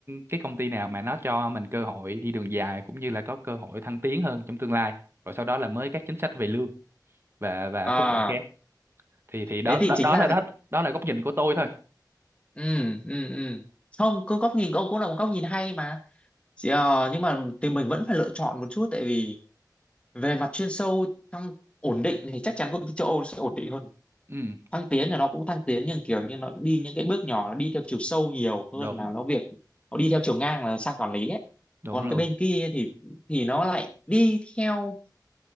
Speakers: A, on the right (about 35°); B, on the left (about 15°).
A: cái công ty nào mà nó cho mình cơ hội đi đường dài cũng như là có cơ hội thăng tiến hơn trong tương lai rồi sau đó là mới các chính sách về lương và
B: <laughs>
A: và
B: à
A: phúc lợi khác thì thì đó
B: thế thì
A: đó
B: chính
A: đó
B: ra
A: là
B: là
A: đó đó là góc nhìn của tôi thôi
B: ừ ừ ừ không cứ góc nhìn của ông cũng là một góc nhìn hay mà Chỉ, ờ, nhưng mà thì mình vẫn phải lựa chọn một chút tại vì về mặt chuyên sâu thăng ổn định thì chắc chắn công ty châu Âu sẽ ổn định hơn
A: ừ
B: thăng tiến là nó cũng thăng tiến nhưng kiểu như nó đi những cái bước nhỏ nó đi theo chiều sâu nhiều
A: đúng
B: hơn là nó việc nó đi theo chiều ngang là sang quản lý ấy
A: đúng
B: còn
A: luôn
B: cái bên kia thì thì nó lại đi theo